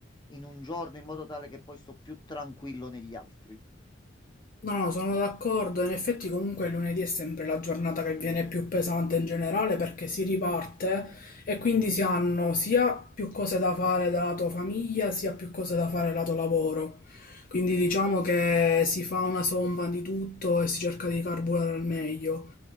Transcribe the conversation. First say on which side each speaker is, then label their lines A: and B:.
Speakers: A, on the left (about 20°); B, on the left (about 45°).
A: in un giorno in modo tale che poi sto più tranquillo negli altri.
B: No, no, sono d'accordo. In effetti comunque il lunedì è sempre la giornata che viene più pesante in generale perché si riparte e quindi si hanno sia più cose da fare da lato famiglia, sia più cose da fare lato lavoro. Quindi diciamo che si fa una somma di tutto e si cerca di carburare al meglio.